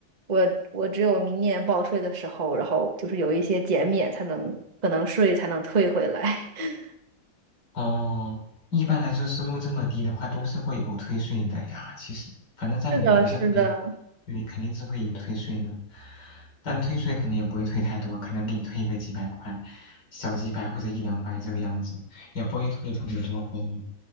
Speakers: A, on the right (about 25°); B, on the left (about 55°).
A: 我我只有明年报税的时候，然后就是有一些减免才能，可能税才能退回来。<laughs>
B: 哦，一般来说收入这么低的话，都是会有退税的呀。其实，反正在美国这边，
A: 是的，是的，
B: 对，肯定是会有退税的，但退税可能也不会退太多，可能给你退个几百块，小几百或者一两百这个样子，也不会退特别多回来。